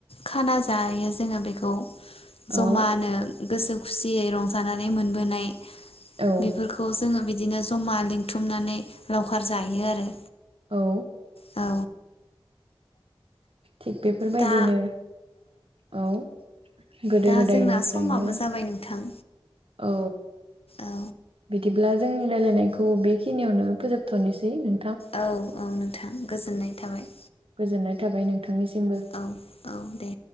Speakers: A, on the left (about 80°); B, on the right (about 75°).
A: खाना जायो जोङो बेखौ जमानो
B: औ
A: गोसो खुसियै रंजानानै मोनबोनाय
B: औ
A: बेफोरखौ जोङो बिदिनो ज'मा लिंथुमनानै लावखार जायो आरो
B: औ।
A: औ
B: थिग बेफोरबायदिनो
A: दा
B: औ गोदो
A: दा
B: गोदायनिफ्रायनो
A: जोंना समाबो जाबाय नोंथां
B: औ
A: औ
B: बिदिब्ला जोंनि रायलायनायखौ बेखिनियावनो फोजोबथ'नोसै नों
A: औ औ नोंथां गोजोननाय थाबाय।
B: गोजोननाय थाबाय नोंथांनिसिमबो।
A: औ औ दे